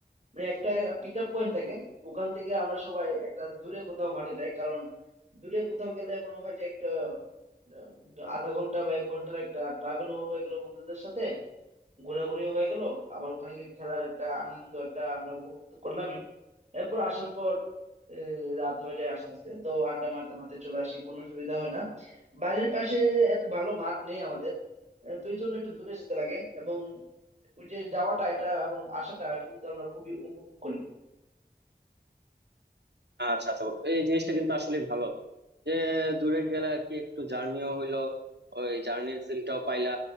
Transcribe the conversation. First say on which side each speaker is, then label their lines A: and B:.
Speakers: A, on the right (about 40°); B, on the right (about 80°).
A: মানে একটা পিক আপ পয়েন্ট থাকে ওখান থেকে আমরা সবাই একটা দূরে কোথাও মাঠে যাই কারণ দূরে কোথাও গেলে মনে হয় যে একটা আহ, আধা ঘন্টা বা এক ঘন্টার একটা ট্রাভেল হয়ে গেল বন্ধুদের সাথে ঘোরাঘুরি হয়ে গেল আবার ওখানে গিয়ে খেলার একটা আনন্দ একটা আমরা উপভোগ করলাম এরপর আসার পর আহ, রাত হয়ে যায় আস্তে আস্তে তো আড্ডা মারতে মারতে চলে আসি কোনো সুবিধা হয় না বাড়ির পাশে এত ভালো মাঠ নেই আমাদের আহ, তো এই জন্য একটু দূরে যেতে লাগে এবং ওই যে যাওয়াটা এটা এবং আসাটা এটা কিন্তু আমরা খুবই উপভোগ করি
B: আচ্ছা আচ্ছা এই জিনিসটা কিন্তু আসলে ভালো যে দূরে গেলে আর কি একটু জার্নিও হইলো ওই জার্নির ফিলটাও পাইলা